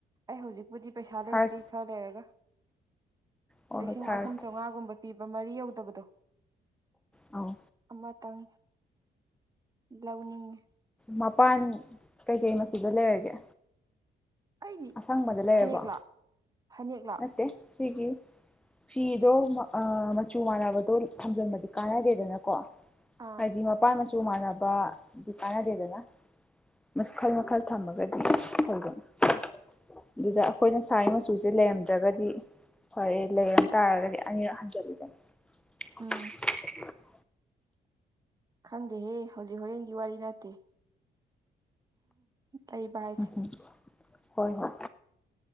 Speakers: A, on the right; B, in the centre.
A: ꯑꯩ ꯍꯧꯖꯤꯛꯄꯨꯗꯤ ꯄꯩꯁꯥ ꯂꯩꯇ꯭ꯔꯤ
B: ꯊꯥꯔꯛ
A: ꯈꯔ ꯂꯩꯔꯒ
B: ꯍꯣꯏ
A: ꯂꯤꯁꯤꯡ
B: ꯍꯣꯏ ꯊꯥꯔꯛꯀꯦ
A: ꯑꯍꯨꯝ ꯆꯥꯝꯃꯉꯥꯒꯨꯝꯕ ꯄꯤꯕ ꯃꯔꯤ ꯌꯧꯗꯕꯗꯣ
B: ꯑꯥꯎ
A: ꯑꯃꯇꯪ ꯂꯧꯅꯤꯡꯉꯤ
B: ꯃꯄꯥꯟ ꯀꯩꯀꯩ ꯃꯆꯨꯗ ꯂꯩꯔꯒꯦ
A: ꯑꯩꯗꯤ
B: ꯑꯁꯪꯕꯗ ꯂꯩꯔꯕꯣ
A: ꯐꯅꯦꯛ ꯂꯥ ꯐꯅꯦꯛ
B: <unintelligible> ꯁꯤꯒꯤ ꯐꯤꯗꯣ ꯃꯆꯨ ꯃꯥꯟꯅꯕꯗꯣ ꯊꯝꯖꯤꯟꯕꯗꯤ ꯀꯥꯟꯅꯗꯦꯗꯅꯀꯣ
A: ꯑꯥ
B: ꯍꯥꯏꯗꯤ ꯃꯄꯥꯟ ꯃꯆꯨ ꯃꯥꯟꯅꯕꯗꯤ ꯀꯥꯟꯅꯗꯦꯗꯅ ꯃꯈꯜ ꯃꯈꯜ ꯊꯝꯃꯒꯗꯤ <unintelligible> ꯑꯗꯨꯗ ꯑꯩꯈꯣꯏꯅ ꯁꯥꯏ ꯃꯆꯨꯁꯦ ꯂꯩꯔꯝ ꯗ꯭ꯔꯒꯗꯤ ꯐꯔꯦ ꯂꯩꯔꯝ ꯇꯥꯔꯒꯗꯤ ꯑꯅꯤꯔꯛ ꯍꯟꯖꯜꯂꯤꯗꯅ <inaudible>
A: ꯎꯝ ꯈꯪꯗꯦꯍꯦ ꯍꯧꯖꯤꯛ ꯍꯣꯔꯦꯟꯒꯤ ꯋꯥꯔꯤ ꯅꯠꯇꯦ ꯇꯩꯕ ꯍꯥꯏꯖꯦ
B: ꯎꯝ ꯍꯣꯏ ꯍꯣꯏ